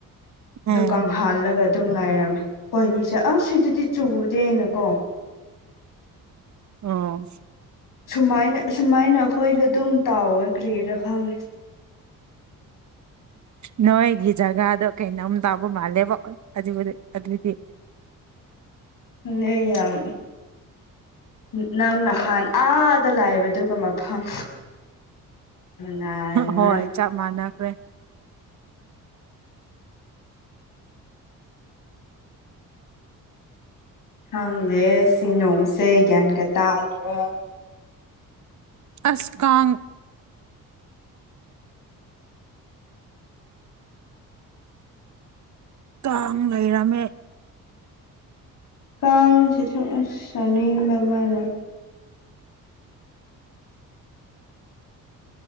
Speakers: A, on the right; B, on the left.
A: ꯎꯝ
B: ꯗꯨꯀꯪ ꯍꯥꯜꯂꯒ ꯇꯨꯝ ꯂꯥꯏꯔꯝꯃꯦ ꯍꯣꯏꯅꯤꯁꯦ ꯑꯁ ꯁꯤꯗꯗꯤ ꯆꯨꯗꯦ ꯍꯥꯏꯅꯀꯣ
A: ꯑꯣ
B: ꯁꯨꯃꯥꯏꯅ ꯁꯨꯃꯥꯏꯅ ꯑꯩꯈꯣꯏꯗ ꯑꯗꯨꯝ ꯇꯥꯎꯋꯦ ꯀꯔꯤꯔꯥ ꯈꯪ ꯗꯦ
A: ꯅꯣꯏꯒꯤ ꯖꯒꯥꯗꯣ ꯀꯩꯅꯣꯝ ꯇꯥꯕ ꯃꯥꯜꯂꯦꯕꯣ ꯑꯗꯨꯗꯤ ꯑꯗꯨꯗꯤ
B: <unintelligible> ꯌꯥꯝ ꯅ ꯅꯪ ꯅꯍꯥꯟ ꯑꯥꯗ ꯂꯥꯢꯕꯗꯨꯒ ꯃꯐꯝ ꯅꯥꯔꯝꯃꯔ
A: ꯍꯣꯏ ꯆꯞ ꯃꯥꯟꯅꯈ꯭ꯔꯦ
B: ꯈꯥꯡꯗꯦ ꯁꯤ ꯅꯣꯡꯁꯦ ꯒ꯭ꯌꯥꯟꯒ ꯇꯥꯗ꯭ꯔꯦ
A: ꯑꯁ ꯀꯥꯡ ꯀꯥꯡ ꯂꯩꯔꯝꯃꯦ
B: ꯀꯥꯡꯁꯤꯁꯨ ꯑꯁ ꯁꯥꯎꯅꯤꯡꯕ ꯃꯥ ꯂꯩ